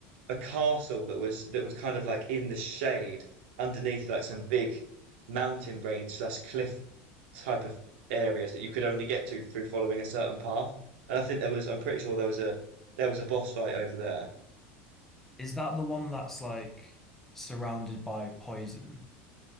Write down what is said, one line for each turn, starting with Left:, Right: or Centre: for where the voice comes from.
Right: a castle that was that was kind of like in the shade underneath like some big mountain range slash cliff type of areas that you could only get to through following a certain path. And I think there was I'm pretty sure there was a there was a boss fight over there.
Centre: Is that the one that's like surrounded by poison?